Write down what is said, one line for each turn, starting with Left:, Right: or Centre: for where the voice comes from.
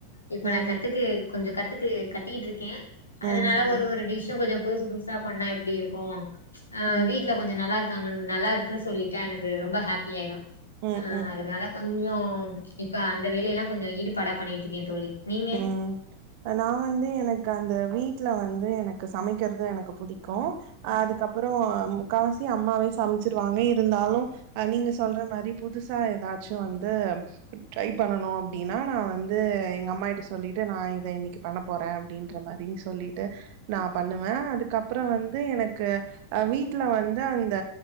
Left: இப்ப
Right: ம்
Left: நா கத்துக்கு கொஞ்சோ கத் த்துக்கு கத்திட்ருக்கே
Right: ம்
Left: அதனால ஒரு
Right: ம்
Left: ஒரு டிஷு கொஞ்சோ புதுசு புதுசாப் பண்ணா எப்படி இருக்கு ஆ
Right: ம்
Left: வீட்ல கொஞ்ச நல்லா இருக் தாங்கன் நல்லா இருக்கு சொல்லிட்டே எனக்கு ரொம்ப ஹாப்பியாயிரு
Right: ம்
Left: ஆ
Right: ம்
Left: அதனால கொஞ்சோ ம் இப்ப அன் இந்த வேலையெல்லா கொஞ்சோ ஈடுபடா பண்ணிட்ருக்கே தோழி நீங்க?
Right: ம் அ நா வந்து எனக் அந்த வீட்ல வந்து எனக்கு சமைக்கறது எனக்கு புடிக்கு அதுக்கப்புறோ முக்காவசி அம்மாவே சமச்சிருவாங்க இருந்தாலு அ நீங்க சொல்ற மாரி புதுசா ஏதாச்சு வந்து ட்ரை பண்ணனு அப்படின்னா நா வந்து எங்க அம்மா டு சொல்லிட்டு நா இத இன்னிக்கு பண்ண போறே அப்படின்ற மாரி சொல்லிட்டு நா பண்ணுவே அதுக்கப்புறோ வந்து எனக்கு அ வீட்டுல வந்து அந்த